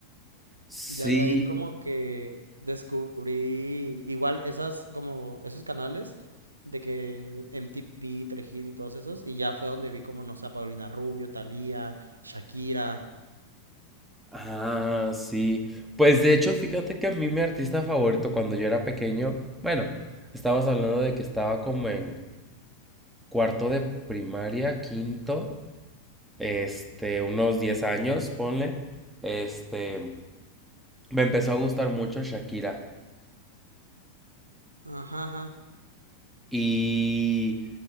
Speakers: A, in the centre; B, on the right (about 80°).
A: Sí.
B: Ya de ahí como que descubrí igual esas como esos canales de que MTV, Telehit y todos esos y ya fue donde vi como no sé a Paulina Rubio, Thalía, Shakira.
A: Ah, sí. Pues de hecho, fíjate que a mí mi artista favorito cuando yo era pequeño, bueno, estábamos hablando de que estaba como en cuarto de primaria, quinto, este, unos 10 años, ponle, este, me empezó a gustar mucho Shakira.
B: Ajá, ajá.
A: Y